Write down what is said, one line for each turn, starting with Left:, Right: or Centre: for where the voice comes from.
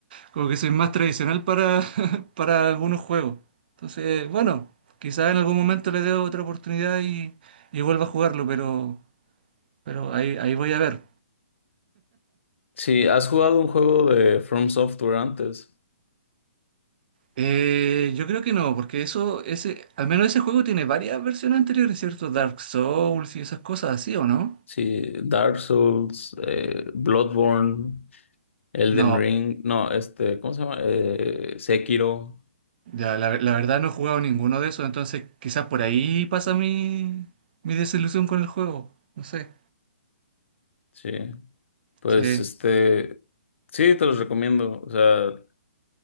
Right: Como que soy más tradicional para, <laughs> para algunos juegos. Entonces, bueno, quizás en algún momento le dé otra oportunidad y, y vuelva a jugarlo, pero, pero ahí, ahí voy a ver.
Left: Sí, ¿has jugado un juego de From Software antes?
Right: Eh, yo creo que no, porque eso, ese, al menos ese juego tiene varias versiones anteriores, ¿cierto? Dark Souls y esas cosas así, ¿o no?
Left: Sí, Dark Souls, eh, Bloodborne, Elden
Right: No,
Left: Ring, no, este, ¿cómo se llama? Eh, Sekiro,
Right: ya, la, la verdad no he jugado ninguno de esos, entonces quizás por ahí pasa mi, mi desilusión con el juego. No sé.
Left: sí. Pues
Right: Sí.
Left: este, sí, te los recomiendo. O sea,